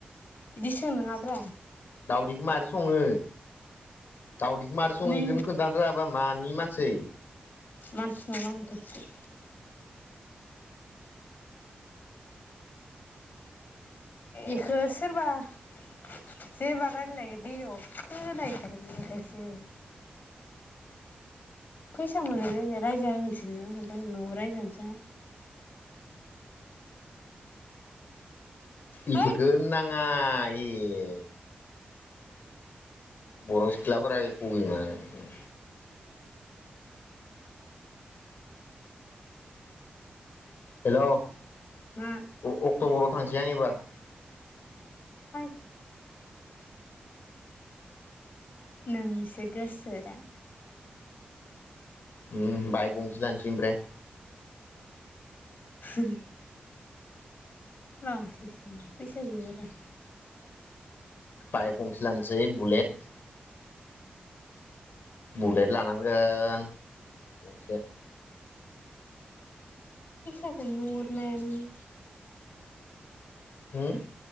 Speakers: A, on the left; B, on the left.
A: बिदि सोंनाङाब्रा।
B: दावदैखौ मारै सङो? दावदैखौ मारै सङो
A: नै
B: इखोनो खोन्थानो रोङाबा मानि मानसै।
A: मानसि नङा अनथोबसो। इखौ सोरबा जेनेबा रायलायो बेलेगाव खोनाहैथारो बे बेखायसो, फैसा मोनलायनाय रायजा होगोनसोलै नों आंगो <unintelligible> न'आव रायजागोनसो।
B: इफोरखो
A: हैद
B: नां आ एह। बर' सिख्लाफोरा <inaudible> हेलौ अक्ट'बराव
A: मा
B: थांसै आं एबार
A: फाय नोंनिसो गोसोरा
B: उम बाइक गंसे लानोसै ओमफ्राय
A: <inaudible> लानोसैसो फैसा गैया गारा
B: बायक गंसे लानोसै बुलेट बुलेट लानांगोन गंसे
A: फैसाखौ नुहरनाया नोङो
B: हम